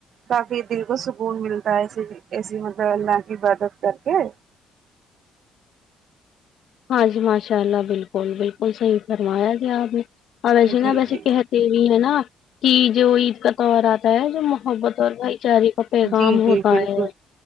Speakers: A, on the right; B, on the left.
A: کافی دل کو سکون ملتا ہے ایسی ایسی مطلب اللہ کی عبادت کر کے
B: ہاں جی ماشاء اللہ بالکل بالکل صحیح فرمایا جی آپ نے اور ویسے
A: جی
B: نہ ویسے
A: جی
B: کہہ یہ ہی ہے نا کہ جو عید کا تہوار آتا ہے جو محبت اور بھائی چارے کا پیغام
A: جی جی
B: ہوتا
A: بالکل
B: ہے